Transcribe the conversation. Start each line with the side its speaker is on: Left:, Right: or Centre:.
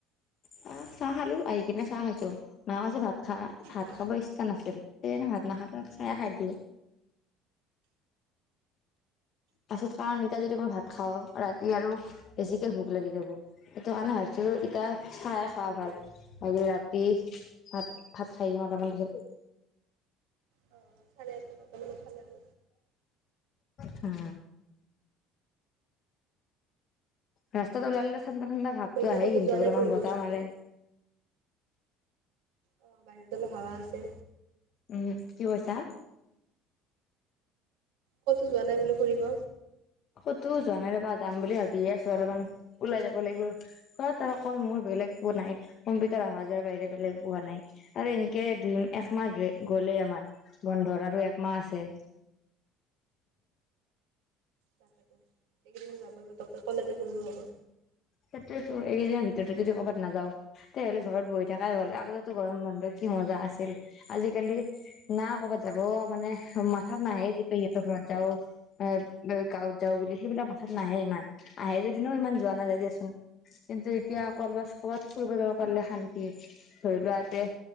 Left: চাহ, চাহ খালোঁ আহি কিনে চাহ খাইছো। মায়ে কৈছে ভাত খা, ভাত
Right: নাই
Left: খাব ইচ ইচ্ছা নাছিল সেইকাৰণে ভাত নাখালো, চাহে খাই দিলোঁ। পাছত কাৰণ এতিয়া যদি মই ভাত খাওঁ ৰাতি আৰু বেছিকে ভোক লাগি যাব। সেইটো কাৰণে ভাবিছোঁ এতিয়া চাহে খোৱা ভাল। আজি ৰাতি ভাত ভাত খাই নটামান বজাত।
Right: অ চাৰে আঠটা নটামানত খালে হ'ল
Left: হু। ৰাস্তাত ওলালে ঠাণ্ডা ঠাণ্ডা ভাৱতটো
Right: বাকী
Left: আহে
Right: ক'তো
Left: কিন্তু
Right: যোৱা
Left: অলপমান
Right: নাই ফুৰিব
Left: বতাহ মাৰে।
Right: অ বাহিৰত অলপ হাৱা আছে।
Left: উম, কি কৈছা?
Right: ক'তো যোৱা নাই বোলো ফুৰিব?
Left: ক'তো যোৱা নাই ৰ'বা যাম বুলি ভাবিয়ে আছোঁ অলপমান ওলাই যাব লাগিব। অকল মোৰ বেলেগ একো নাই, কম্পিউটাৰ অহা যোৱাৰ বাহিৰে বেলেগ একো হোৱা নাই। আৰু এনেকে দুই একমাহ গ'লে আমাৰ বন্ধৰ আৰু একমাহ আছে।
Right: তাকেতো, এইকেইদিনটো যাবই তাৰপিছত কলেজে খুলিব হ'ব।
Left: সেইটোৱেইটো এইকেইদিনৰ ভিতৰতে যদি ক'ৰবাত নাযাও তেহ'লে ঘৰত বহি থাকাই হ'ল। আগতেটো গৰম বন্ধ কি মজা আছিল আজিকালি না কৰ'ৰবাত যাব মানে মাথাত নাহে যে পেহী ইহঁতৰ ঘৰত যাওঁ। এ, গাঁৱত যাও বুলি সেইবিলাক মাথাত নাহে ইমান, আহে যদিনও ইমান যোৱা নাযায় দিয়াচোন। কিন্তু এতিয়া ক'ৰবাত ক'ৰবাত ফুৰিব যাব পাৰিলে শান্তি। ধৰিলোৱা ইয়াতে